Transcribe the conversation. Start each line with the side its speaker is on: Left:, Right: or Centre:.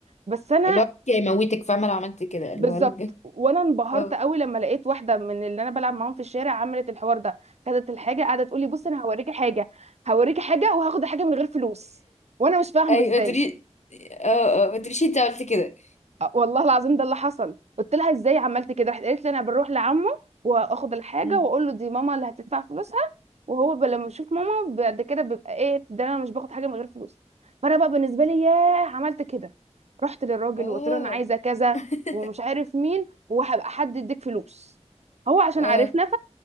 Right: بس انا
Left: اللي هو يموتك فاهمه لو عملت كده
Right: بالظبط
Left: اللي هو الج-
Right: وانا
Left: <laughs>
Right: انبهرت
Left: اه
Right: قوي لما لقيت واحده من اللي انا بلعب معاهم في الشارع عملت الحوار ده خدت الحاجه قاعده تقول لي بصي انا هوريكي حاجه هوريكي حاجه وهاخد الحاجه من غير فلوس وانا مش فاهمه
Left: ايوه
Right: ازاي
Left: ما تري اه اه ما تريش انت عملت كده
Right: آه، والله العظيم ده اللي حصل قلت لها ازاي عملت كده راحت قالت لي انا بروح لعمه واخد الحاجه
Left: امم
Right: واقول له دي ماما اللي هتدفع فلوسها وهو ب- لما بشوف ماما بعد كده بيبقى ايه ده انا مش باخد حاجه من غير فلوس فانا بقى بالنسبه لي ياه عملت كده رحت للراجل
Left: اه
Right: وقلت له انا عايزه كذا
Left: <laughs>
Right: ومش عارف مين وهبقى حد يديك فلوس هو عشان
Left: اه
Right: عرفنا ف...